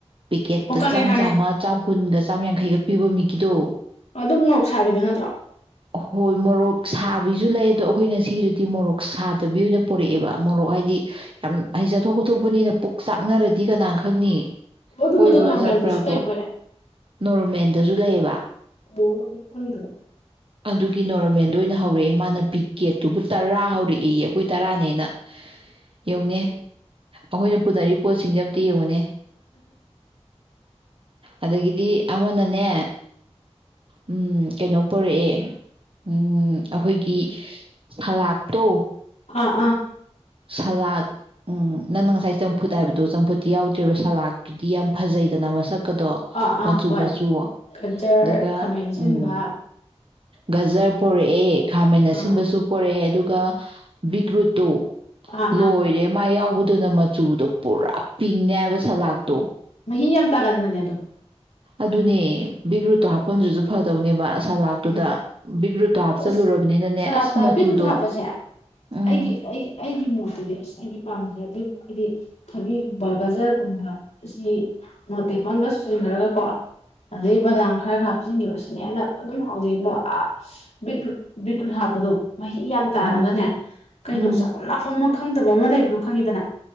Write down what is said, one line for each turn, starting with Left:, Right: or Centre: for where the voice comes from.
Right: ꯄꯤꯀꯦꯠꯇ
Left: ꯑꯣ ꯈꯪꯉꯦ
Right: ꯆꯥꯝꯃ
Left: ꯈꯪꯉꯦ
Right: ꯆꯥꯝꯃ ꯒ ꯆꯥꯝꯃ ꯌꯥꯡꯈꯩꯒ ꯄꯤꯕ ꯃꯤꯒꯤꯗꯣ
Left: ꯑꯗꯨꯝ ꯃ‌ꯣꯔ‌ꯣꯛ ꯁꯥꯕꯤꯗꯨ ꯅꯠꯇ꯭ꯔꯣ
Right: ꯍꯣꯏ ꯃꯣꯔꯣꯛ ꯁꯥꯕꯤꯁꯨ ꯂꯩ ꯑꯗꯣ ꯑꯩꯈꯣꯏ ꯉꯁꯤꯗꯨꯗꯤ ꯃꯣꯔꯣꯛ ꯁꯥꯗꯕꯤ ꯑꯣꯏꯅ ꯄꯣꯔꯛꯑꯦꯕ ꯃꯣꯔꯣꯛ ꯍꯥꯏꯗꯤ ꯌꯥꯝ ꯍꯥꯏꯗꯤ ꯆꯠꯊꯣꯛ ꯈꯣꯊꯣꯛꯄꯅꯤꯅ ꯄꯨꯛ ꯆꯥꯛꯅꯔꯗꯤ ꯀꯅꯥꯅ ꯈꯪꯅꯤ
Left: ꯑꯣ ꯑꯗꯨꯝꯕꯗꯣ
Right: ꯀꯣꯏꯕ꯭ꯔꯥ
Left: ꯅꯣꯔꯃꯦꯜꯗꯁꯨ
Right: ꯆꯠꯄ꯭ꯔꯕꯣ
Left: ꯂꯩꯕ ꯑꯣꯏꯔꯦ
Right: ꯅꯣꯔꯃꯦꯟ ꯁꯨ ꯂꯩꯌꯦꯕ
Left: ꯑꯣ ꯑꯩ ꯈꯪꯗꯕ
Right: ꯑꯗꯨꯒꯤ ꯅꯣꯔꯃꯦꯜꯗ ꯑꯣꯏꯅ ꯍꯧꯔꯛꯑꯦ ꯃꯥꯅ ꯄꯤꯛꯀꯦꯠꯇꯨꯕꯨ ꯇꯔꯥ ꯍꯧꯔꯛꯏ ꯑꯩꯈꯣꯏ ꯇꯔꯥꯅꯦꯅ ꯌ‌ꯦꯡꯉꯨꯅꯦ ꯑꯩꯈꯣꯏꯅ ꯄꯨꯅꯔꯤꯕ ꯄꯣꯠꯁꯤꯡꯁꯦ ꯑꯝꯇ ꯌꯦꯡꯉꯨꯅꯦ ꯑꯗꯒꯤꯗꯤ ꯑꯃꯅꯅꯦ ꯎꯝ ꯀꯩꯅꯣ ꯄꯨꯔꯛꯑꯦ ꯎꯝ ꯑꯩꯈꯣꯏꯒꯤ ꯐꯂꯥꯛꯇꯣ
Left: ꯑꯥ ꯑꯥ
Right: ꯁꯂꯥꯗ ꯅꯪꯅ ꯉꯁꯥꯏ ꯆꯝꯐꯨꯠ ꯍꯥꯏꯕꯗꯣ ꯆꯝꯐꯨꯠꯇꯤ ꯌꯥꯎꯗ꯭ꯔ‌ꯦꯕ ꯁꯂꯥꯠꯇꯨꯗꯤ ꯌꯥꯝ ꯐꯖꯩꯗꯅ ꯃꯁꯛ ꯀꯗꯣ
Left: ꯑꯥ
Right: ꯃꯆꯨ
Left: ꯑꯥ ꯍꯣꯏ
Right: ꯃꯆꯨ
Left: ꯒꯖꯔ
Right: ꯑꯗꯨꯒ
Left: ꯈꯥꯃꯦꯟ ꯑꯁꯤꯟꯕ
Right: ꯎꯝ ꯒꯖꯔ ꯄꯨꯔꯛꯑꯦ ꯈꯥꯃ‌ꯦꯟ
Left: ꯑꯥ
Right: ꯑꯁꯤꯟꯕꯁꯨ ꯄꯣꯔꯛꯑꯦ ꯑꯗꯨꯒ ꯒ ꯕꯤꯠꯔꯨꯠ ꯇ‌ꯣ
Left: ꯑꯥ
Right: ꯂꯣꯏꯔꯦ
Left: ꯑꯥ
Right: ꯃꯥ ꯌꯥꯎꯕ ꯑꯗꯨꯅ ꯃꯆꯨꯗꯣ ꯄꯨꯔꯥ ꯄꯤꯡꯅꯦꯕ ꯁꯂꯥꯗꯇꯣ
Left: ꯃꯍꯤ ꯌꯥꯝ ꯇꯥꯒꯟꯕꯅ‌ꯦ ꯑꯗꯨ
Right: ꯑꯗꯨꯅꯦ ꯕꯤꯒꯔꯨꯠꯇꯣ ꯍꯥꯞꯄꯝꯗꯔꯁꯨ ꯐꯗꯧꯅꯦꯕ ꯁꯂꯥꯠꯇꯨꯗ
Left: ꯎꯝ
Right: ꯕꯤꯒ ꯔꯨꯇ
Left: ꯑꯗꯣ
Right: ꯍꯥꯞꯆꯤꯜꯂꯨꯔꯕꯅꯤꯅꯅꯦ
Left: ꯑꯁ ꯁꯂꯥꯠꯇ
Right: ꯑꯁ ꯃꯆꯨꯗꯣ
Left: ꯕꯤꯠꯔꯨꯠ ꯍꯥꯞꯄꯁꯦ
Right: ꯎꯝ
Left: ꯑꯩꯒꯤ ꯑꯩꯒꯤ ꯑꯩꯒꯤ ꯃꯣꯠꯇꯗꯤ ꯑꯁ ꯑꯩꯩꯅ ꯄꯥꯝꯖꯦ ꯗ‌ꯦ ꯑꯩꯗꯤ ꯍꯥꯏꯗꯤ ꯊꯕꯤꯒꯨꯝꯕ ꯒꯖꯔꯒꯨꯝꯕ ꯑꯁꯤ ꯃ‌ꯣꯔ‌ꯣꯛ ꯑꯇꯦꯛꯄ ꯑꯝꯒ ꯁꯨꯖꯤꯟꯈ꯭ꯔꯒꯀꯣ ꯑꯗꯩ ꯕꯗꯥꯝ ꯈꯔꯒ ꯍꯥꯞꯆꯤꯟꯈꯤꯕ ꯑꯁꯤꯅ ꯍꯦꯟꯅ ꯑꯗꯨꯝ ꯍꯥꯎꯖꯩꯕꯣ ꯑꯁ ꯕꯤꯇ꯭ꯔꯨꯠ ꯕꯤꯇ꯭ꯔꯨꯠ ꯍꯥꯞꯄꯗꯣ ꯃꯍꯤ ꯌꯥꯝ
Right: ꯎꯝ
Left: ꯇꯥꯔꯒꯅꯦ ꯀꯩꯅꯣ
Right: ꯎꯝ
Left: ꯆꯥꯐꯝ ꯂꯥꯛꯐꯝ ꯑꯃ ꯈꯪꯗꯕ ꯑꯃ ꯂꯩꯕꯗꯨꯣ ꯈꯪꯉꯤꯗꯅ